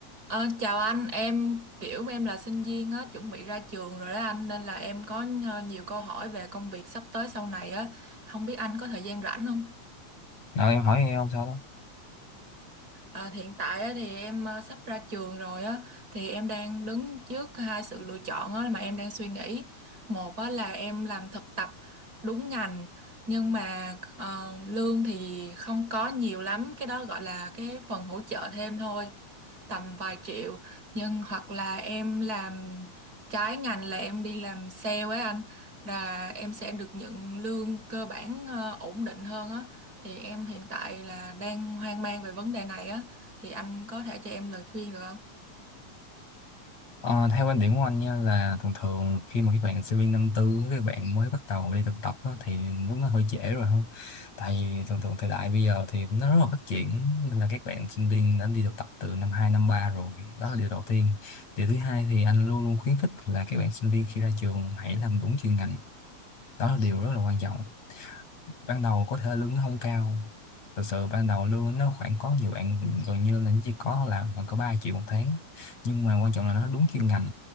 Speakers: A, on the right; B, on the left.
A: Ờ, chào anh, em kiểu em là sinh viên á, chuẩn bị ra trường rồi đó anh nên là em có ờ, nhiều câu hỏi về công việc sắp tới sau này á, không biết anh có thời gian rảnh không?
B: Ờ, em hỏi em không sao đó.
A: À, thì hiện tại á, thì em ờ, sắp ra trường rồi á thì em đang đứng trước hai sự lựa chọn á, mà em đang suy nghĩ một á, là em làm thực tập đúng ngành nhưng mà ờ, lương thì không có nhiều lắm cái đó gọi là cái phần hỗ trợ thêm thôi tầm vài triệu nhưng hoặc là em làm trái ngành là em đi làm sale ấy anh là em sẽ được nhận lương cơ bản ờ, ổn định hơn á thì em hiện tại là đang hoang mang về vấn đề này á thì anh có thể cho em lời khuyên được không?
B: Ờ, theo quan điểm của anh nha là thường thường khi mà các bạn sinh viên năm tư các bạn mới bắt đầu đi thực tập á, thì lúc nó hơi trễ rồi không? Tại vì thường thường thời đại bây giờ thì nó rất là phát triển nên là các bạn sinh viên đã đi thực tập từ năm hai năm 3 rồi. Đó là điều đầu tiên. Điều thứ hai thì anh luôn luôn khuyến khích là các bạn sinh viên khi ra trường hãy làm đúng chuyên ngành. Đó là điều rất là quan trọng. ban đầu có thể lương nó không cao thực sự ban đầu lương nó khoảng có nhiều bạn gần như là nó chỉ có là khoảng có 3 triệu một tháng nhưng mà quan trọng là nó đúng chuyên ngành